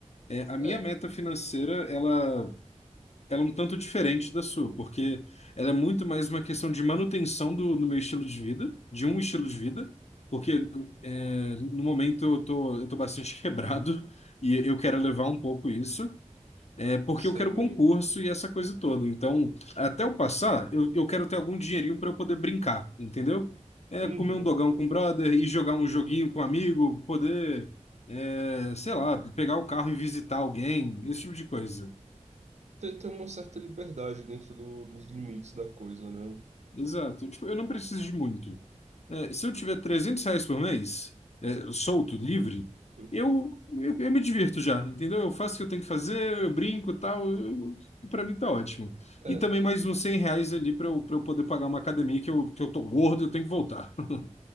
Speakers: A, on the left; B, on the right.
A: É, a minha
B: é,
A: meta financeira, ela ela é um tanto diferente da sua, porque ela é muito mais uma questão de manutenção do, do meu estilo de vida, de um estilo de vida, porque é, no momento eu tô, eu tô bastante <laughs> quebrado e eu quero levar um pouco isso, é, porque
B: sei
A: eu quero
B: bem.
A: concurso e essa coisa toda. Então, até eu passar, eu, eu quero ter algum dinheirinho para eu poder brincar, entendeu? É,
B: Uhum.
A: comer um dogão com o brother e jogar um joguinho com um amigo, poder, é, sei lá, pegar o carro e visitar alguém, esse tipo de coisa.
B: Ter, ter uma certa liberdade dentro do- dos limites da coisa, né?
A: Exato. Tipo, eu não preciso de muito. É, se eu tiver 300 reais por mês, é, solto, livre,
B: Hum.
A: eu, eu, eu me divirto já, entendeu? Eu faço o que eu tenho que fazer, eu brinco e tal. eu- Pra mim tá ótimo.
B: É,
A: E
B: é.
A: também mais uns 100 reais ali pra eu, pra eu poder pagar uma academia que eu, que eu tô gordo e eu tenho que voltar. <laughs>